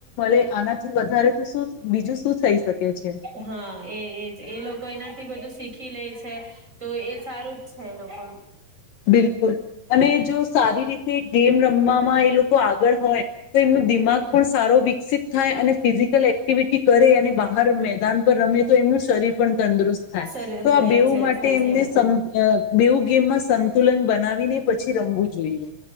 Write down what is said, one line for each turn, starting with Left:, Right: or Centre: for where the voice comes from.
Left: ે આનાથી વધારે શુ બીજું શું થઈ શકે છે.
Right: હા એ એજ એ લોકો એનાથી બધું શીખી લે છે તો એ સારું જ છે એ લોકોનું.
Left: બિલકુલ અને જો સારી રીતે ગેમ રમવામાં લોકો... હોય તો એમનો દિમાગ પણ સારો વિકસિત થાય અને ફિઝિકલ એક્ટિવિટી કરે અને બહાર મેદાન પર રમે તો એમનું શરીર પણ તંદુરસ્ત થાય
Right: સરસ
Left: તો આ
Right: રહે
Left: બેવ
Right: છે
Left: માટે
Right: સાચી
Left: એમને
Right: વાત
Left: સમબેવું ગેમમાં... આવીને પછી રમવું જોઈએ.